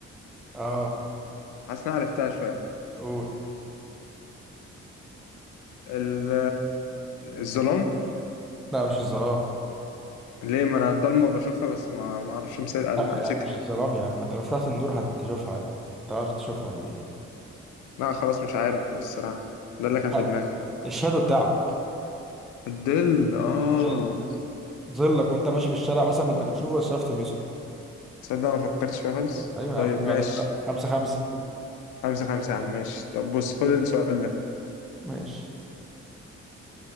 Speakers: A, in the centre; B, on the left.
A: اه
B: حاسس إن أنا عرفتها شوية
A: قول
B: ال- الظلام
A: لا مش الظلام
B: ليه ما انا الضلمة بشوفها بس ما ما اعرفش أمس-
A: لا
B: امسكها
A: يا عم مش الظلام يا عم انت لو فتحت النور هتشوفها عادي تعرف تشوفها عادي
B: لا خلاص مش عارف الصراحة ده اللي كان
A: حق.
B: في دماغي
A: الشادو بتاعك
B: الظل اه
A: الظل ظلك وانت ماشي في الشارع مثلا ما انت بتشوفه بس مش عارف تلمسه
B: تصدق ما فكرتش فيها خالص
A: ايوه يا
B: طيب
A: عم شكرا
B: ماشي
A: عليك بقى خمسة خمسة
B: خمسة خمسة يا عم ماشي طب بص خد السؤال ده
A: ماشي